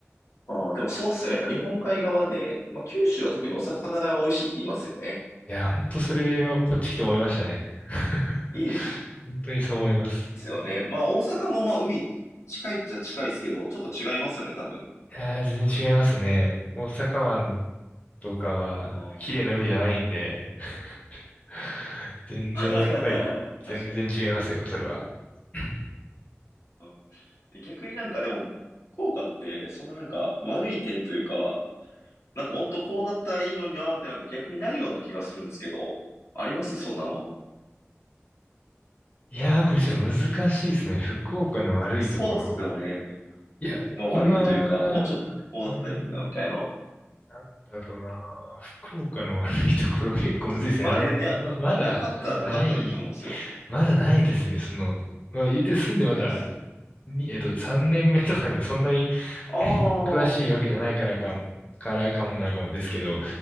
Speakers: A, on the left; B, on the left.
A: ああ、でもそうっすよね。やっぱ日本海側で、まあ九州は特にお魚が美味しいって言いますよね。
B: いや、ほんとそれはこっち来て思いましたね。<laughs>
A: いいで
B: 本当にそう思います。
A: すよね。まあ大阪もまあ海近いっちゃ近いですけど、ちょっと違いますよね、多分。
B: いやー、全然違いますね。大阪湾とかは綺麗な海じゃないんで、
A: ああ。
B: <laughs> 全然やっぱり、
A: <laughs> 確かに。
B: 全然違いますよ、それは。<clears throat>
A: うん逆になんかでも、効果ってそんななんか悪い点というか、なんかもっとこうだったらいいのになーってなんか逆にないような気がするんですけど、ありますそんなもん。
B: いやー、これちょっと難しいですね。福岡の悪いところ。
A: そうっすよね。
B: いや、
A: まあ悪いというか、
B: 今、
A: もうちょっとこうだったらいいのにな、
B: うん、
A: みたいな。
B: なんだろうな。福岡の悪いところ結構むずいですね。
A: まあね、
B: あの、
A: ね
B: ま、まだない、
A: なかったらなかったでいいと思うんですよ。
B: まだないですね。その、まあ、言うて住んでまだ、
A: そうっすよね。
B: にえっと、3年目とかなんで、そんなに
A: ああ、は
B: <clears throat> 詳しいわけじゃないからか、からかもなのかもですけど、